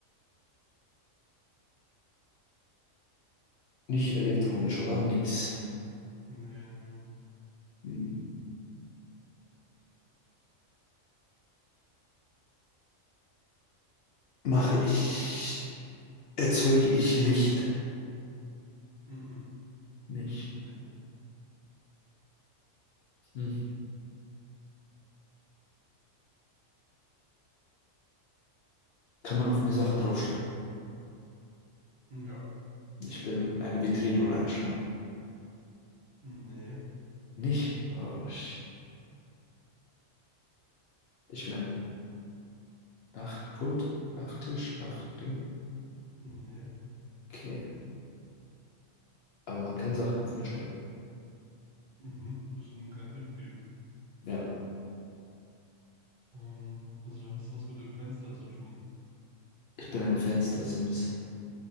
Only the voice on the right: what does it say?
Nee, nee, nee.
Mhm.
Ne.
Ja.
Ne.
Ne.
Mhm. Soll ich denn keinen Tipp geben?
Ähm, also du hast was mit dem Fenster zu tun.